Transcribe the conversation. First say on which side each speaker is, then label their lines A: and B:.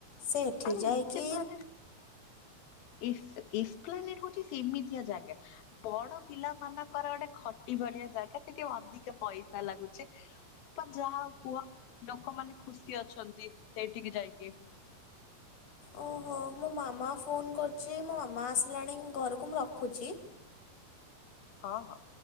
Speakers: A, on the left; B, on the left.
A: ସେଠି
B: ଆରେ
A: ଯାଇକି
B: ଏସି ପ୍ଲାନେଟ ଏସ ଏସପ୍ଲାନେଟ ହଉଛି ସେମିତିଆ ଜାଗା ବଡ ପିଲା ମାନଙ୍କର ଗୋଟେ ଖଟି ଭଳିଆ ଜାଗା ସେଠି ଅଧିକା ପଇସା ଲାଗୁଚେ। ବା ଯାହା କୁହ ଲୋକମାନେ ଖୁସି ଅଛନ୍ତି ସେଇଠିକି ଯାଇକି। <inaudible>
A: ଓହୋ ମୋ ମାମା ଫୋନ କରୁଛି ମୋ ମାମା ଆସିଲାଣି ଘରକୁ ମୁଁ ରଖୁଛି।
B: ହଁ ହଁ।